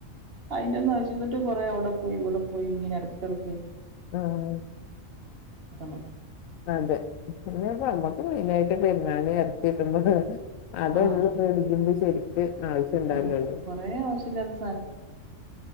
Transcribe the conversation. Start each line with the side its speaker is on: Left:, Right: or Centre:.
Right: അയിന്റെ ഒന്നാവവശ്യംന്നിട്ട് കൊറേ അവിടെ പോയി ഇവിടെ പോയി ഇങ്ങനെ ഇടക്കിടക്ക്
Left: ആഹ്
Right: നിക്കും
Left: അതെ അങ്ങെ നമ്മുക്ക് മെയിന ആയിട്ട് പെരുന്നാളി അടുത്തിട്ടുമ്പോ അതള്ള
Right: ആഹ്
Left: പളിക്കുമ്പോ ശരി ആവശ്യം ഉണ്ടന്നണ്ട്
Right: അതെ കൊറേ ആവശ്യല്ലാത്ത